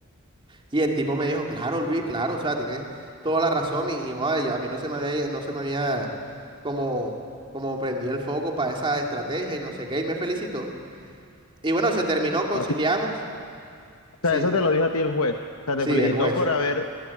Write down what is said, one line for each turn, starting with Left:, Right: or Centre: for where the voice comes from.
Right: Y el tipo me dijo, claro, Luis, claro, o sea, tiene toda la razón y, y, joder, yo- a mí no se me había, no se me había como, como prendido el foco para esa estrategia y no sé qué, y me felicitó. Y bueno, se terminó, conciliamos.
Left: O
Right: Sí,
Left: sea, eso te lo dijo a ti el juez, o sea,
Right: sí,
Left: te felicitó
Right: el juez.
Left: por haber